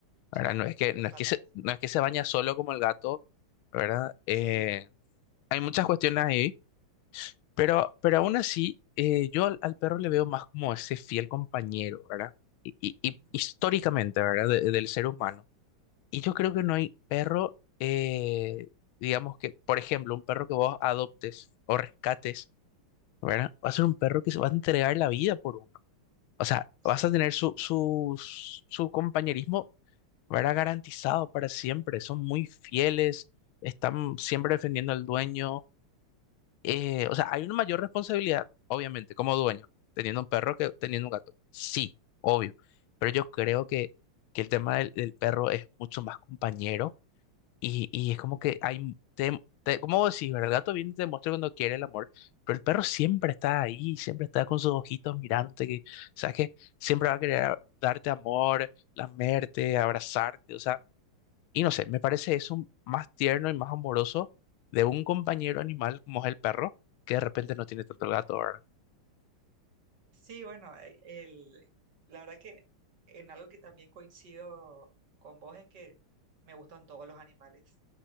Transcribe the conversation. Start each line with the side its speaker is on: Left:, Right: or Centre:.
Left: ¿verdad?
Right: sí,
Left: No es que, no
Right: totalmente.
Left: es que se, no es que se baña solo como el gato, ¿verdad? Eh,
Right: Sí,
Left: hay muchas cuestiones ahí, pero, pero aún así, eh, yo al, al perro le veo más como ese fiel compañero, ¿verdad? Y, y- y
Right: ujú,
Left: históricamente, ¿verdad? de- del ser humano. Y yo creo que no hay perro, eh, digamos que, por ejemplo, un perro que vos adoptes o rescates, ¿verdad? Va a ser un perro que se va a entregar la vida por uno. O sea,
Right: sí,
Left: vas a tener su, su, su compañerismo, ¿verdad? Garantizado para siempre. Son muy fieles, están siempre defendiendo al dueño. Eh, o sea, hay una mayor responsabilidad, obviamente, como dueño, teniendo un perro que teniendo un gato. Sí, obvio. Pero yo creo que, que el tema del del perro es mucho más compañero y, y es como que hay, te, te- como vos decís, ¿verdad? El gato viene y te muestra cuando quiere el amor, pero el perro siempre
Right: sí.
Left: está ahí, siempre está con sus ojitos mirándote, que, sabes que siempre va a querer darte amor, lamerte, abrazarte, o sea, y no sé, me parece eso más tierno y más amoroso de un compañero animal como es el perro, que de repente no tiene tanto el gato, ¿verdad?
Right: Sí, bueno, eh, el, la verdad que en algo que también coincido con vos es que me gustan todos los animales